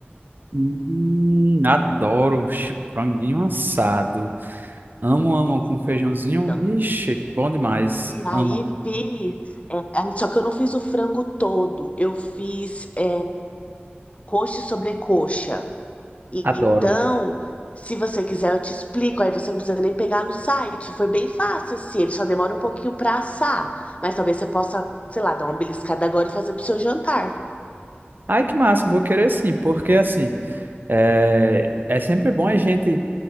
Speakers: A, on the right; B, on the left.
A: Hum, adoro Vixe, franguinho assado. Amo, amo com feijãozinho.
B: Então,
A: Vixe, bom demais.
B: E aí
A: Amo,
B: fiz, é, é, só que eu não fiz o frango todo, eu fiz é, coxa e sobrecoxa. E,
A: adoro.
B: então, se você quiser, eu te explico. Aí você não precisa nem pegar no site. Foi bem fácil, assim, ele só demora um pouquinho pra assar. Mas talvez você possa, sei lá, dar uma beliscada agora e fazer pro seu jantar.
A: Ai, que massa, vou querer sim, porque assim, é, é sempre bom a gente